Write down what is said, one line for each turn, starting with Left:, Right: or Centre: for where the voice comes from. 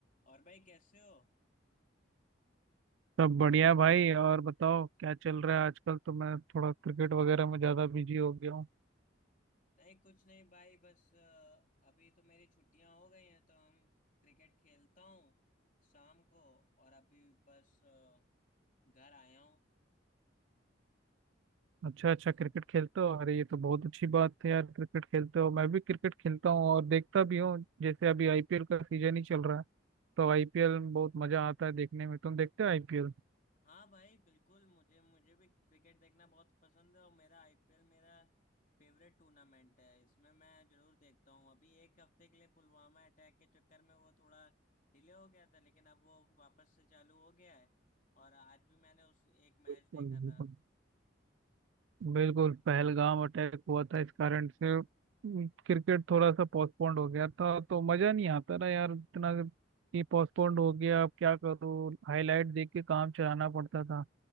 Left: और भाई कैसे हो
Right: सब बढ़िया भाई और बताओ क्या चल रहा है आजकल तो मैं थोड़ा क्रिकेट वगैरह में ज्यादा बिजी हो गया हूँ
Left: नहीं कुछ नहीं भाई बस अ, अभी तो मेरी छुट्टियां हो गई हैं तो हम क्रिकेट खेलता हूँ शाम को और अभी बस अ, घर आया हूँ
Right: अच्छा अच्छा क्रिकेट खेलते हो अरे ये तो बहुत अच्छी बात है यार क्रिकेट खेलते हो मैं भी क्रिकेट खेलता हूँ और देखता भी हूँ जैसे अभी आईपीएल का सीजन ही चल रहा है तो आईपीएल में बहुत मजा आता है देखने में तुम देखते हो आईपीएल
Left: हाँ भाई बिल्कुल मुझे मुझे भी क्रिकेट देखना बहुत पसंद है और मेरा आईपीएल मेरा फेवरेट टूर्नामेंट है इसमें मैं जरूर देखता हूँ अभी एक हफ्ते के लिए पुलवामा अटैक के चक्कर में वो थोड़ा डिले हो गया था लेकिन अब वो वापस से चालू हो गया है और आज भी मैंने उस एक मैच
Right: बिल्कुल
Left: देखा
Right: बिल्कुल।
Left: था
Right: बिल्कुल पहलगाम अटैक हुआ था इस कारण से उम, क्रिकेट थोड़ा सा पोस्टपोन्ड हो गया था तो मजा नहीं आता ना यार इतना कि पोस्टपोन्ड हो गया अब क्या करूँ हाईलाइट देख के काम चलाना पड़ता था